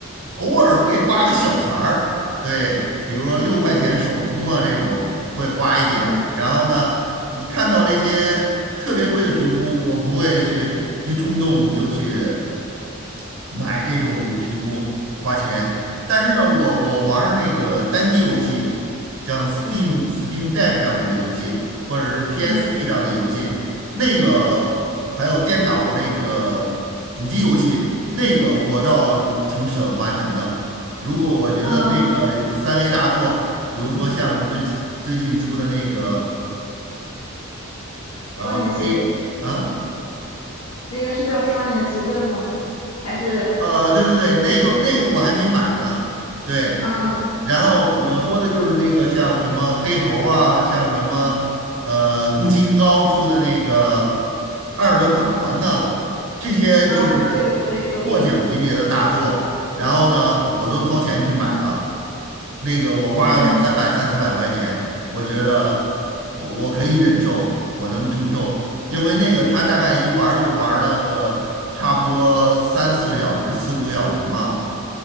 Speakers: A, on the right; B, on the left.
A: 偶尔会花个小钱儿，对，比如说六块钱首充啊这种会花一点，
B: 嗯
A: 然后呢，你看到这些特别贵的皮肤，我不会去一冲动就去。买这种皮肤花钱，但是呢，我我玩儿那个单机游戏，像 Steam、
B: 嗯
A: Steam Deck 上面的游戏，或者是 PSP
B: 嗯
A: 上的游戏，那个还有电脑儿那个主机游戏，那个我倒挺舍得花钱的。如果我觉得那个三
B: 嗯，
A: A 大作，比如说像之最近出的那个呃黑啊
B: 双影奇境，那个是叫双影奇境吗？还是
A: 呃对对对，那个那个我还没买呢，对。
B: 嗯
A: 然后我说的就是那个像什么黑猴儿啊，像什么呃宫崎英高出的那个《二等法环》呢，这些就是获奖级别的大作。
B: 啊，这个很有名。
A: 然后呢，我都掏钱去买了，那个我花个两三百、
B: 嗯
A: 三四百块钱，我觉得我我可以忍受，我能承受，因为那个他大概一玩儿就玩儿了个差不多三四个小时、四五个小时嘛。